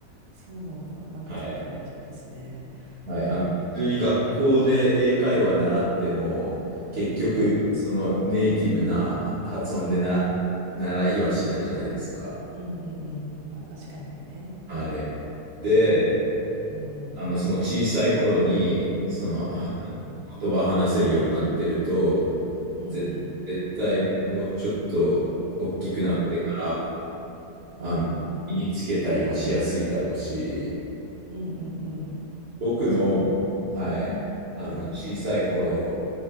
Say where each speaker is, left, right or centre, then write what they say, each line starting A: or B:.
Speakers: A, on the right; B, on the right.
A: そうなんだ。なんかちょっと嬉しいですね。
B: はい。はい。
A: うんうん
B: あの、普通に学校で英会話習っても、結局、
A: うん
B: そのネイティブなあ発音で習習いはしないじゃないですか。
A: うんうんうんうんうんうんうん。まあ確かにね。
B: はい。で、
A: 確かに。うんうん
B: あの、その小さい頃に、その、
A: うんうん
B: は言葉話せるようになってると、
A: うんうん
B: ぜ、絶対もうちょっと大きくなってか
A: うん
B: ら、
A: うんうん
B: あの、身につけたりもしやすいだろうし、
A: うんうんうん。
B: 僕も、
A: そ
B: はい、
A: うね。
B: あの、
A: うん
B: 小さい頃